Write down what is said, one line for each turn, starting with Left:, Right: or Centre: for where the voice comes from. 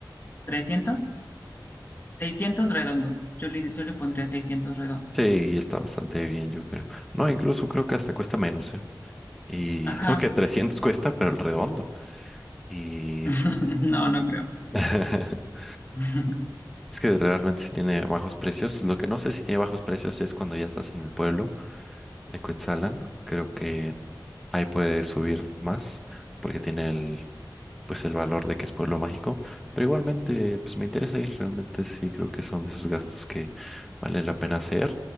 Left: 300, 600 redondo. Yo le, yo le pondría 600 redondo.
Centre: Sí, y está bastante bien, yo creo. No, incluso creo que hasta cuesta menos, ¿eh? Y
Left: Ajá.
Centre: creo que 300 cuesta, pero el redondo. Y
Left: <laughs> No, no creo.
Centre: <laughs>
Left: <laughs>
Centre: Es que realmente sí tiene bajos precios. Lo que no sé si tiene bajos precios es cuando ya estás en el pueblo de Cuetzalan. Creo que ahí puede subir más porque tiene el, pues el valor de que es pueblo mágico. Pero igualmente, pues me interesa ir. Realmente sí creo que son de esos gastos que vale la pena hacer.